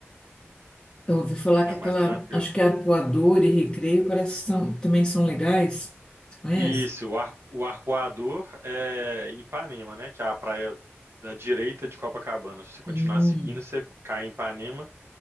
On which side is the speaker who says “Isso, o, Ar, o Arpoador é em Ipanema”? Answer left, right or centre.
Right